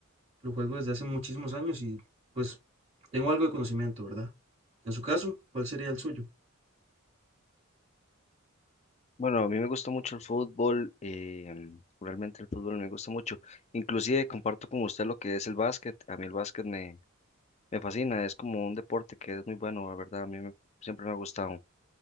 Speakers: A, on the right; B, on the left.
A: lo juego desde hace muchísimos años y pues tengo algo de conocimiento, ¿verdad? En su caso, ¿cuál sería el suyo?
B: Bueno, a mí me gusta mucho el fútbol, em, realmente el fútbol me gusta mucho. Inclusive comparto con usted lo que es el básquet. A mí el básquet me, me fascina, es como un deporte que es muy bueno, la verdad, a mí me- siempre me ha gustado.